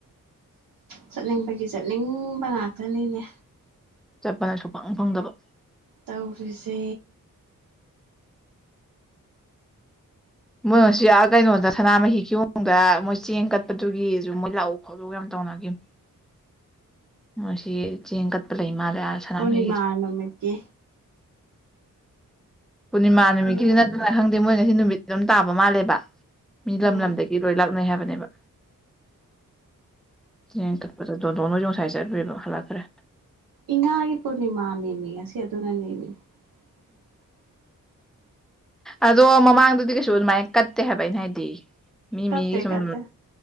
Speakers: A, on the right; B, in the centre.
A: ꯆꯠꯅꯤꯡꯕꯒꯤ ꯆꯠꯅꯤꯡꯕ ꯉꯥꯛꯇꯅꯤꯅꯦ
B: ꯆꯠꯄꯅ ꯁꯨꯄꯪ ꯐꯪꯗꯕ
A: ꯇꯧꯔꯤꯁꯦ
B: ꯃꯣꯏ ꯉꯁꯤ ꯑꯥ ꯀꯩꯅꯣꯗ ꯁꯅꯥꯃꯍꯤ ꯀꯤꯌꯣꯡꯗ ꯃꯣꯏ ꯆꯦꯡ ꯀꯠꯄꯗꯨꯒꯤꯖꯨ ꯃꯣꯏ ꯂꯥꯛꯎ ꯈꯣ ꯑꯗꯨꯒ ꯌꯥꯝ ꯇꯧꯅꯒꯤꯝ ꯃꯁꯤ ꯆꯦꯡ ꯀꯠꯄ ꯂꯩ ꯃꯥꯜꯂꯦ ꯑꯥ ꯁꯅꯥꯃꯍꯤꯒꯤꯗꯣ
A: ꯄꯨꯔꯅꯤꯃꯥ ꯅꯨꯃꯤꯠꯀꯤ
B: ꯄꯨꯔꯅꯤꯃꯥ ꯅꯨꯃꯤꯠꯀꯤꯖꯨ
A: ꯄꯨꯔꯅꯤꯃꯥ
B: ꯅꯠꯇꯅ ꯈꯪꯗꯦ ꯃꯣꯏ ꯉꯁꯤ ꯅꯨꯃꯤꯠꯇꯣ ꯑꯝ ꯇꯥꯕ ꯃꯥꯜꯂꯦꯕ ꯃꯤ
A: ꯑꯥ
B: ꯂꯝ ꯂꯝꯗ ꯒꯤ ꯂꯣꯏ ꯂꯥꯛꯅꯩ ꯍꯥꯏꯕꯅꯦꯕ ꯆꯦꯡ ꯀꯠꯄꯗ ꯗꯣꯂꯣꯝ ꯍꯣꯏꯖꯨ ꯉ ꯁꯥꯏ ꯆꯠꯂꯨꯏꯕ ꯍꯥꯜꯂꯛꯈ꯭ꯔꯦ
A: ꯏꯉꯥꯒꯤ ꯄꯨꯔꯅꯤꯃꯥꯅꯦꯃꯤ ꯉꯁꯤ ꯑꯗꯨꯅꯅꯦꯃꯤ <inaudible>
B: ꯑꯗꯣ ꯃꯃꯥꯡꯗꯗꯤ ꯀꯩꯁꯨ ꯑꯗꯨꯃꯥꯏꯟ ꯀꯠꯇꯦ ꯍꯥꯏꯕ ꯑꯩꯅ ꯍꯥꯏꯗꯤ ꯃꯤ
A: ꯀꯠꯇꯦ
B: ꯃꯤꯒꯤ ꯁꯨꯝ
A: ꯀꯠꯇꯦ